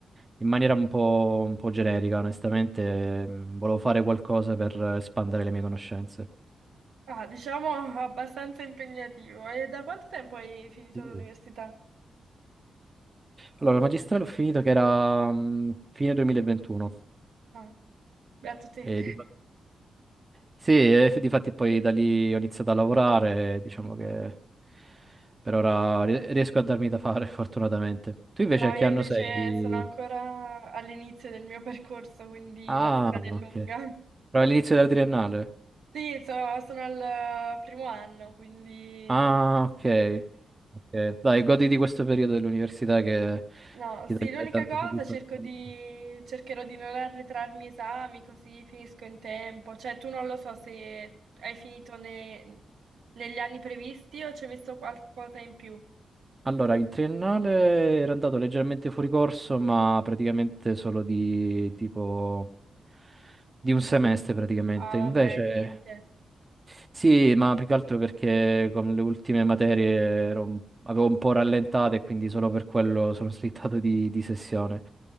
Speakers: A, on the right; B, on the right.
A: in maniera un po', un po' generica, onestamente, mm, volevo fare qualcosa per espandere le mie conoscenze.
B: Ah, diciamo abbastanza impegnativo. E da quanto tempo hai finito
A: Sì.
B: l'università?
A: Allora, il magistrale ho finito che era mm, fine 2021
B: Ah, beato te.
A: e di Sì, e f- difatti poi da lì ho iniziato a lavorare, diciamo che per ora ri- riesco a darmi da fare, <laughs> fortunatamente. Tu invece
B: No,
A: a che
B: io
A: anno
B: invece
A: sei?
B: sono ancora all'inizio del mio percorso, quindi
A: Ah,
B: la strada
A: ok.
B: è lunga.
A: Però all'inizio della triennale.
B: Sì, so- sono al primo anno, quindi...
A: Ah, ok. Ok. Dai, goditi questo periodo dell'università che
B: No,
A: ti
B: sì,
A: dà
B: l'unica
A: dai tante
B: cosa
A: soddisfazioni.
B: cerco di... cercherò di non arretrarmi esami, così finisco in tempo. Cioè, tu non lo so se hai finito ne- negli anni previsti o ci hai messo qualcosa in più.
A: Allora, il triennale era andato leggermente fuori corso, ma praticamente solo di tipo di un semestre praticamente.
B: Ah,
A: Invece
B: vabbè, niente.
A: Sì, ma più che altro perché con le ultime materie ero un- avevo un po' rallentato e quindi solo per quello sono <laughs> slittato di, di sessione.